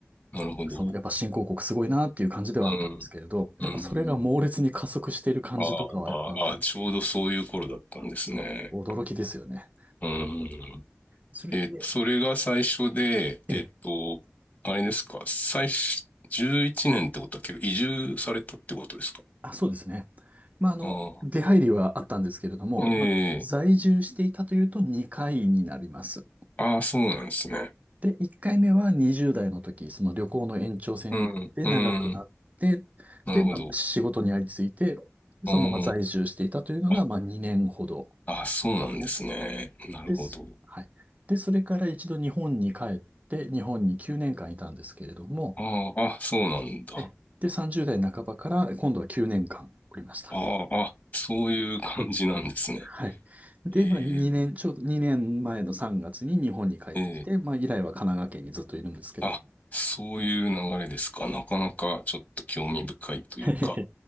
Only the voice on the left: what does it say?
なるほど。
うん、うん。
あーあー、
ちょうどそういう頃だったんですね。
うん。
えっと、それが最初で、
えっと、あれですか、最初、11年ってことは結構移住されたってことですか
あ
あ。
ええああ、そうなんですね。
うん、うん、なるほど。
うん、あ、
あ、そうなんですね。
なるほど。
ああ、あ、そうなんだ。
ああ、あ、そういう感じなんですね。
え
えええ
あ、そういう流れですか。なかなかちょっと興味深いというか。